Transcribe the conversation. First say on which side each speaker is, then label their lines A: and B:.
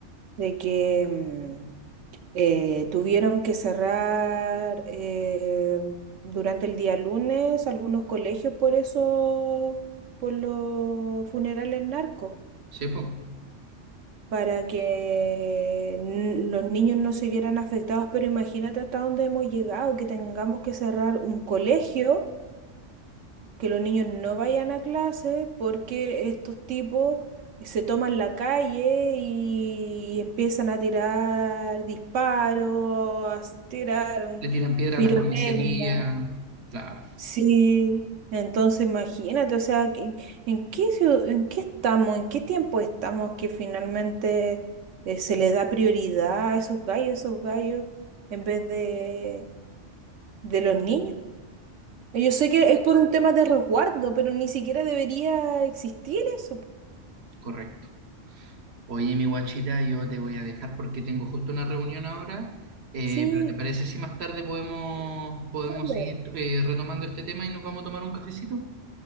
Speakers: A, on the right; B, on the right.
A: de que mm, eh, tuvieron que cerrar eh, durante el día lunes algunos colegios por eso, por los funerales narcos,
B: ¿Sí, po?
A: para que n- los niños no se vieran afectados? Pero imagínate hasta dónde hemos llegado, que tengamos que cerrar un colegio que los niños no vayan a clase porque estos tipos se toman la calle y, y empiezan a tirar disparos, a tirar un-
B: Le tiran piedra
A: pirotecnia.
B: a las comisarías. Claro,
A: Sí, entonces imagínate, o sea, que- ¿en, qué ciu- en qué estamos, en qué tiempo estamos que finalmente eh, se le da prioridad a esos gallos, esos gallos, en vez de, de los niños? Yo sé que es por un tema de resguardo, pero ni siquiera debería existir eso.
B: correcto. Oye, mi guachita, yo te voy a dejar porque tengo justo una reunión ahora, eh,
A: Sí,
B: pero ¿te parece si más tarde podemos, podemos
A: vale,
B: seguir eh, retomando este tema y nos vamos a tomar un cafecito?